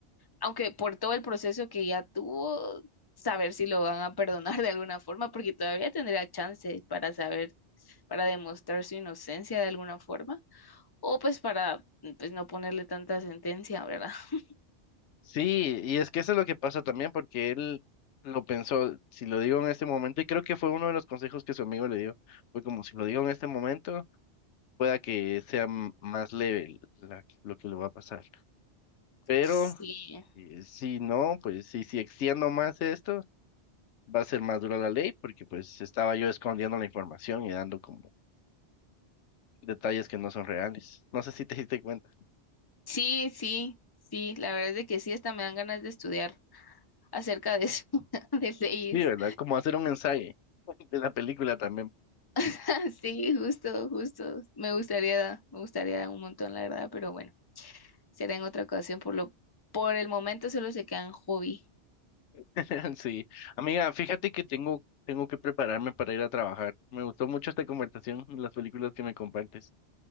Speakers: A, on the left (about 25°); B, on the left (about 80°).
A: aunque por todo el proceso que ya tuvo, saber si lo van a perdonar <laughs> de alguna forma, porque todavía tendría chance para saber, para demostrar su inocencia de alguna forma, o pues para pues no ponerle tanta sentencia, ¿verdad? <laughs>
B: Sí, y es que eso es lo que pasa también, porque él lo pensó, si lo digo en este momento, y creo que fue uno de los consejos que su amigo le dio, fue como si lo digo en este momento, pueda que sea m- más leve la- lo que le va a pasar. Pero
A: Sí,
B: eh, si no, pues si, si extiendo más esto, va a ser más dura la ley porque pues estaba yo escondiendo la información y dando como detalles que no son reales. No sé si te diste cuenta.
A: sí, sí, sí, la verdad es de que sí, hasta me dan ganas de estudiar. acerca de eso, <laughs> de leyes.
B: Sí, ¿verdad? Como hacer un ensayo <laughs> de la película también.
A: <laughs> Sí, justo, justo. Me gustaría, me gustaría un montón, la verdad, pero bueno, será en otra ocasión. Por lo, por el momento solo se quedan hobby.
B: <laughs> Sí. Amiga, fíjate que tengo, tengo que prepararme para ir a trabajar. Me gustó mucho esta conversación, las películas que me compartes.